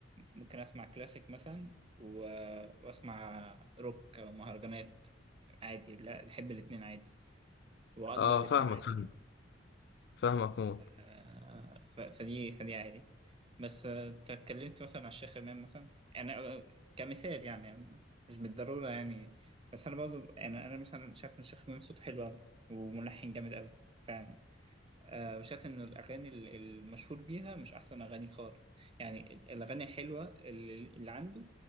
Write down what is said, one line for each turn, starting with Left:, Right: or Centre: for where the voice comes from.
Right: ممكن اسمع كلاسيك مثلا و... واسمع روك او مهرجانات عادي لا بحب الاتنين عادي وأقدر
Left: اه
Right: الاتنين
Left: فاهمك
Right: عادي
Left: فاهمك
Right: جدا
Left: فاهمك موت
Right: آه، ف- فدي فدي عادي بس آه، أنت اتكلمت مثلا على الشيخ إمام مثلا يعني أنا آه، كمثال يعني مش بالضرورة يعني بس أنا برضه أنا أنا مثلا شايف إن الشيخ إمام صوته حلو أوي وملحن جامد أوي فعلا آه، وشايف إن الأغاني ال- المشهور بيها مش أحسن أغاني خالص يعني ال- الأغاني الحلوة اللي, اللي عنده